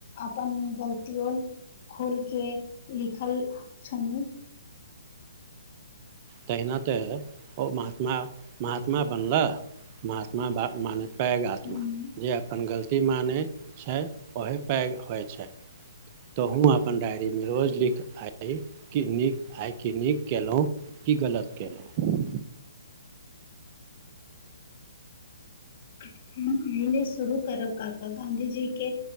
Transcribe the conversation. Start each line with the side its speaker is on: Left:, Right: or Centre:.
Left: अपन गलतियो खोल के लिखल छनि
Right: तहिना तऽ ओ महात्मा महात्मा बनला महात्मा बाप मानत पैघ आत्मा
Left: हूँ।
Right: जे अपन गलती मानै छै ओहे पैघ होइ छै तोहूँ अपन डायरी मे रोज लिख आइ नीक आइ क नीक केलहु की गलत केलहु
Left: हम अहिने शुरू करब कका गाँधीजी के